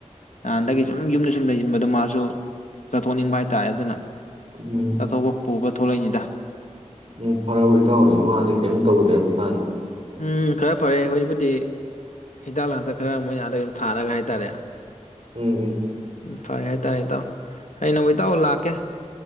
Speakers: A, on the left (about 75°); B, on the right (about 50°).
A: ꯅꯍꯥꯟꯗꯒꯤ ꯁꯨꯝ ꯌꯨꯝꯗ ꯁꯨꯝ ꯂꯩꯁꯤꯟꯕꯗꯣ ꯃꯥꯁꯨ ꯆꯠꯊꯣꯛꯅꯤꯡꯕ ꯍꯥꯏꯇꯥꯔꯦ ꯑꯗꯨꯅ
B: ꯎꯝ
A: ꯆꯠꯊꯧꯕ ꯄꯨꯕ ꯊꯣꯛꯂꯛꯏꯅꯤꯗ
B: ꯎꯝ ꯐꯔꯥꯎ ꯏꯇꯥꯎ ꯏꯃꯥꯗꯤ ꯀꯔꯤꯝ ꯇꯧꯗ꯭ꯔꯦ ꯍꯧꯖꯤꯛꯀꯥꯟ
A: ꯎꯝ ꯈꯔ ꯐꯔꯦ ꯍꯧꯖꯤꯛꯄꯨꯗꯤ ꯍꯤꯗꯥꯛ ꯂꯥꯡꯊꯛ ꯈꯔ ꯃꯣꯏꯅ ꯑꯗꯩ ꯑꯗꯨꯝ ꯊꯥꯔꯒ ꯍꯥꯏꯇꯥꯔꯦ
B: ꯎꯝ ꯎꯝ
A: ꯐꯔꯦ ꯍꯥꯏꯇꯥꯔꯦ ꯏꯇꯥꯎ <unintelligible> ꯏꯇꯥꯎ ꯂꯥꯛꯀꯦ